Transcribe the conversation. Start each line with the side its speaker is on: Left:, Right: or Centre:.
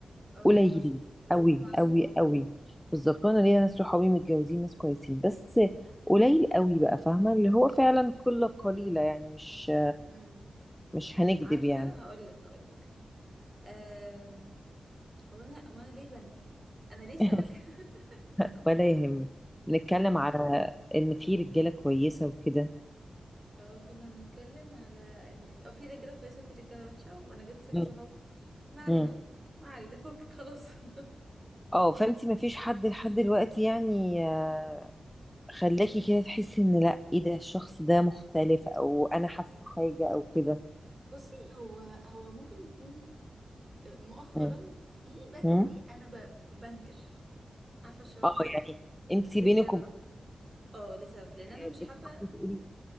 Right: اه
Centre: قليلين
Right: بشوف بشوف
Centre: قوي
Right: مع صحابي
Centre: قوي قوي
Right: اه
Centre: بالظبط وانا ليا ناس صحابي متجوزين ناس كويسين بس قليل قوي بقى فاهمه اللي هو فعلا قله قليله يعني مش
Right: امم
Centre: مش هنكذب
Right: عارفة
Centre: يعني
Right: هقولك هقولك أم... هو انا هو انا ليه بنسى انا ليه سمكة
Centre: <laughs>
Right: <laughs>
Centre: ولا يهمك بنتكلم على ان في رجاله كويسه وكده
Right: اه كنا بنتكلم على ان اه في رجالة كويسة وفي رجالة وحشة وانا جبت ست
Centre: مم.
Right: صحابي ما علينا
Centre: مم.
Right: ما علينا فكك خلاص <laughs>
Centre: اه فانت ما فيش حد لحد دلوقتي يعني آه، خلاكي كده تحسي ان لا ايه ده الشخص ده مختلف او انا حاسه حاجه او كده
Right: بصي هو هو ممكن يكون آه، مؤخرا
Centre: مم.
Right: في بس
Centre: مم.
Right: انا ب... بنكر عارفة الشعور
Centre: اه
Right: ده
Centre: يعني انت
Right: لسبب
Centre: بينك وبين
Right: اه لسبب لان
Centre: آه،
Right: انا مش
Centre: بتحبي
Right: حابة
Centre: تقولي